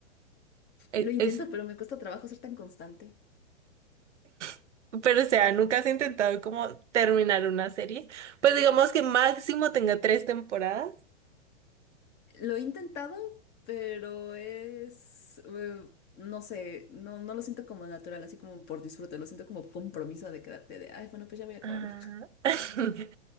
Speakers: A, on the right (about 85°); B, on the left (about 30°).
A: E-
B: Lo intento,
A: Es,
B: pero me cuesta trabajo ser tan constante.
A: <laughs> pero o sea, ¿nunca has intentado como terminar una serie? Pues digamos que máximo tenga tres temporadas.
B: Lo he intentado, pero es, eh, no sé, no, no lo siento como natural, así como por disfrute, lo siento como compromiso de quedarte de, ay, bueno, pues ya voy a acabarla.
A: Ah,
B: <laughs>
A: <laughs>